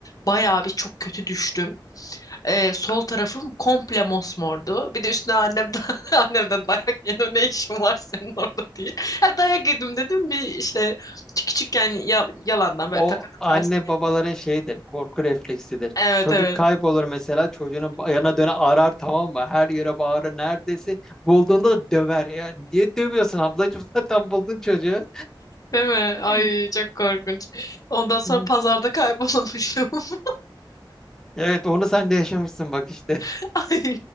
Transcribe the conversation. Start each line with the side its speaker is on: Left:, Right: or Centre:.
Left: bayağı bir çok kötü düştüm. Ee, sol tarafım komple mosmordu. Bir de üstüne annemden <laughs> annemden dayak yedim. Ne işin var senin orada diye. Ha, dayak yedim dedim. Bir işte küçükken ya, yalandan böyle
Centre: O
Left: takılı
Centre: anne
Left: ters.
Centre: babaların şeyidir, korku refleksidir.
Left: Evet
Centre: Çocuk
Left: evet.
Centre: kaybolur mesela çocuğunu ba- yana döne arar tamam mı? Her yere bağırır neredesin? Bulduğunda da döver. Ya niye dövüyorsun ablacığım? <laughs> Zaten buldun çocuğu.
Left: Değil mi?
Centre: <laughs>
Left: Ay çok korkunç. Ondan sonra
Centre: Evet
Left: pazarda kaybolmuştum. <laughs>
Centre: Evet, onu sen de yaşamışsın bak işte.
Left: <laughs> Ay,